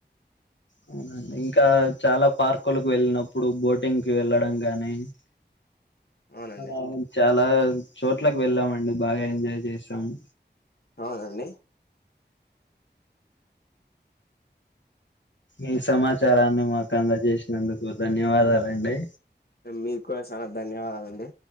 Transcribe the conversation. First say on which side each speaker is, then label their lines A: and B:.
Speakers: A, on the left; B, on the left.
A: అవునండి ఇంకా చాలా పార్కులకు వెళ్ళినప్పుడు బోటింగ్కి వెళ్ళడం గానీ
B: అవునండి
A: అలా చాలా చోట్లకు వెళ్ళామండి బాగ ఎంజాయ్ జేసాము
B: అవునండి
A: ఈ సమాచారాన్ని మాకు అందజేసినందుకు ధన్యవాదాలండి
B: మీక్కుడ చాలా ధన్యవాదాలండి